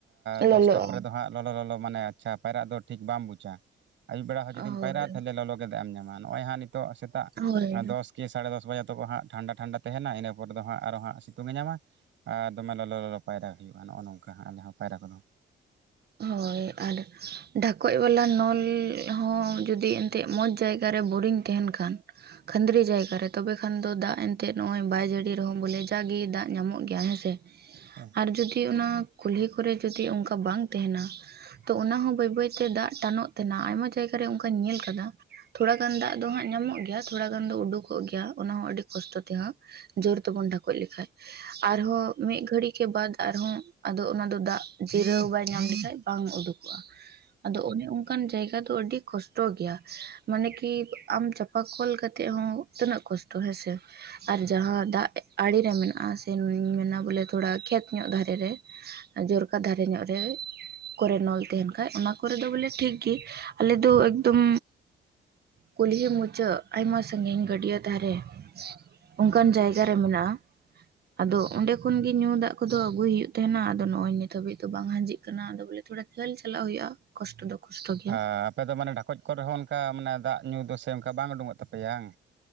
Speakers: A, on the right; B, on the right.
A: ᱫᱚᱥᱴᱟ
B: ᱞᱚᱞᱚᱜᱼᱟ
A: ᱯᱚᱨᱮ ᱫᱚ ᱦᱟᱸᱜ ᱞᱚᱞ ᱞᱚᱞᱚ ᱢᱟᱱᱮ ᱟᱪᱪᱷᱟ ᱯᱟᱭᱨᱟᱜ ᱫᱚ ᱴᱷᱤᱠ ᱵᱟᱢ ᱵᱩᱡᱟ ᱟᱭᱩᱵ ᱵᱮᱲᱟ ᱦᱚᱸ ᱡᱩᱫᱤᱢ
B: ᱦᱳᱭ
A: ᱯᱟᱭᱨᱟᱜ-ᱟ ᱛᱟᱦᱞᱮ ᱞᱚᱞᱚ ᱜᱮ ᱮᱴᱫᱟᱜ-ᱮᱢ ᱧᱟᱢᱟ᱾ ᱱᱚᱜ-ᱚᱭ ᱦᱟᱸᱜ ᱱᱤᱛᱳᱜ ᱥᱮᱛᱟᱜ
B: ᱦᱳᱭ
A: ᱫᱚᱥ ᱠᱮᱥ ᱥᱟᱲᱮ ᱫᱚᱥ ᱵᱟᱡᱮ ᱛᱚᱠᱷᱚ ᱦᱟᱸᱜ ᱴᱷᱟᱱᱰᱟ ᱴᱷᱟᱱᱰᱟ ᱛᱟᱦᱮᱱᱟ ᱤᱱᱟᱹᱯᱚᱨ ᱫᱚ ᱦᱟᱸᱜ ᱟᱨ ᱦᱟᱸᱜ ᱥᱤᱛ ᱛᱩᱝᱮ ᱧᱟᱢᱟ ᱟᱨ ᱫᱚᱢᱮ ᱞᱚᱞᱚ ᱞᱚᱞᱚ ᱯᱟᱭᱨᱟ ᱦᱩᱭᱩᱜ-ᱟ ᱱᱚᱜᱼᱚ ᱱᱚᱝᱠᱟ ᱟᱞᱮ ᱦᱚᱸ ᱯᱟᱭᱨᱟ ᱠᱚᱫᱚ᱾
B: ᱦᱳᱭ ᱟᱨ ᱰᱷᱟᱠᱚᱡ ᱵᱟᱞᱟ ᱱᱚᱞ ᱦᱚᱸ ᱡᱩᱫᱤ ᱛᱮᱜ ᱢᱚᱸᱡᱽ ᱡᱟᱭᱜᱟ ᱨᱮ ᱵᱳᱨᱤᱰᱤᱝ ᱛᱮᱦᱮᱱ ᱠᱷᱟᱱ ᱠᱷᱟᱺᱫᱽᱨᱤ ᱡᱟᱭᱜᱟ ᱨᱮ ᱛᱚᱵᱮ ᱠᱷᱟᱱ ᱫᱚ ᱫᱟᱜ ᱮᱱᱛᱜ ᱱᱚᱜ-ᱚᱭ ᱵᱟᱭ ᱡᱟᱹᱲᱤ ᱨᱮᱦᱚᱸ ᱵᱚᱞᱮ ᱡᱟᱜᱮ ᱫᱟᱜ ᱧᱟᱢᱚᱜ ᱜᱮᱭᱟ ᱦᱮᱸᱥ ᱥᱮ᱾
A: ᱦᱮᱸ᱾
B: ᱟᱨ ᱡᱩᱫᱤ ᱚᱱᱟ ᱠᱩᱞᱦᱤ ᱠᱚᱨᱮ ᱡᱩᱫᱤ ᱚᱝᱠᱟ ᱵᱟᱝ ᱛᱮᱦᱮᱱᱟ᱾ ᱛᱚ ᱚᱱᱟᱦᱚᱸ ᱵᱟᱹᱭ ᱵᱟᱹᱭ ᱛᱮ ᱫᱟᱜ ᱴᱟᱱᱚᱜ ᱛᱟᱦᱮᱱᱟ ᱟᱭᱢᱟ ᱡᱟᱭᱜᱟ ᱨᱮ ᱚᱱᱠᱟᱧ ᱧᱮᱞ ᱠᱟᱫᱟ᱾ ᱛᱷᱚᱲᱟ ᱜᱟᱱ ᱫᱟᱜ ᱫᱚ ᱦᱟᱸᱜ ᱧᱟᱢᱚᱜ ᱜᱮᱭᱟ ᱛᱷᱚᱲᱟ ᱜᱟᱱ ᱫᱚ ᱩᱰᱩᱠᱚᱜ ᱜᱮᱭᱟ ᱚᱱᱟᱦᱚᱸ ᱟᱹᱰᱤ ᱠᱚᱥᱴᱚ ᱛᱮᱦᱟᱸ᱾ ᱡᱳᱨ ᱛᱮᱵᱚᱱ ᱰᱷᱟᱠᱚᱡ ᱞᱮᱠᱷᱟᱡ᱾ ᱟᱨᱦᱚᱸ ᱢᱤᱫ ᱜᱷᱟᱹᱲᱤᱡ ᱠᱮ ᱵᱟᱫ ᱟᱨᱦᱚᱸ ᱟᱫᱚ ᱚᱱᱟ ᱫᱚ ᱫᱟᱜ ᱡᱤᱨᱟᱹᱣ ᱵᱟᱭ ᱧᱟᱢ ᱞᱮᱠᱷᱟᱡ ᱵᱟᱝ ᱩᱰᱩᱠᱚᱜ-ᱟ᱾ ᱟᱫᱚ ᱚᱱᱮ ᱚᱱᱠᱟᱱ ᱡᱟᱭᱜᱟ ᱫᱚ ᱟᱹᱰᱤ ᱠᱚᱥᱴᱚ ᱜᱮᱭᱟ᱾ ᱢᱟᱱᱮ ᱠᱤ ᱟᱢ ᱪᱟᱯ ᱵᱟ ᱠᱚᱞ ᱠᱟᱛᱮᱜ ᱦᱚᱸ ᱛᱤᱱᱟᱹᱜ ᱠᱚᱥᱴᱚ ᱦᱮᱸ ᱥᱮ᱾ ᱟᱨ ᱡᱟᱦᱟᱸ ᱫᱟᱜ ᱟᱲᱮᱨᱮ ᱢᱮᱱᱟᱜᱼᱟ ᱥᱮ ᱢᱮᱱᱟ ᱵᱚᱞᱮ ᱛᱷᱚᱲᱟ ᱠᱷᱮᱛ ᱧᱚᱜ ᱫᱷᱟᱨᱮ ᱨᱮᱼᱼ ᱡᱚᱨᱠᱟ ᱫᱷᱟᱨᱮ ᱨᱮ ᱠᱚᱨᱮ ᱱᱚᱞ ᱛᱟᱦᱮᱱ ᱠᱷᱟᱡ ᱚᱱᱟ ᱠᱚᱨᱮ ᱫᱚ ᱵᱚᱞᱮ ᱴᱷᱤᱠ ᱜᱮ, ᱟᱞᱮ ᱫᱚ ᱮᱠᱫᱚᱢᱼᱼ ᱠᱩᱞᱦᱤ ᱢᱩᱪᱟᱹᱫ ᱟᱭᱢᱟ ᱥᱟᱜᱤᱧ ᱜᱟᱹᱰᱭᱟᱹ ᱫᱷᱟᱨᱮᱼᱼ ᱚᱱᱠᱟᱱ ᱡᱟᱭᱜᱟ ᱨᱮ ᱢᱮᱱᱟᱜᱼᱟ᱾ ᱟᱫᱚ ᱚᱸᱰᱮ ᱠᱷᱚᱱᱜᱮ ᱧᱩ ᱫᱟᱜ ᱠᱚᱫᱚ ᱟᱹᱜᱩᱭ ᱦᱩᱭᱩᱜ ᱛᱟᱦᱮᱱᱟ ᱟᱫᱚ ᱱᱚᱜᱚᱭ ᱱᱤᱛ ᱦᱟᱹᱵᱤᱡ ᱫᱚᱼᱼ ᱵᱟᱝ ᱦᱟᱡᱤᱜ ᱠᱟᱱᱟ ᱟᱫᱚ ᱵᱚᱞᱮ ᱛᱷᱚᱲᱟ ᱡᱷᱟᱹᱞ ᱪᱟᱞᱟᱜ ᱦᱩᱭᱩᱜ-ᱟ ᱠᱚᱥᱴᱚ ᱫᱚ ᱠᱚᱥᱴᱚ ᱜᱮᱭᱟ᱾
A: ᱟᱨ ᱟᱯᱮ ᱫᱚ ᱢᱟᱱᱮ ᱰᱷᱟᱠᱚᱡ ᱠᱚᱨᱮ ᱦᱚᱸ ᱚᱱᱠᱟ ᱢᱟᱱᱮ ᱫᱟᱜ ᱧᱩ ᱫᱚ ᱥᱮ ᱚᱱᱠᱟ ᱵᱟᱝ ᱩᱰᱩᱠᱚᱜ ᱛᱟᱯᱮᱭᱟᱝ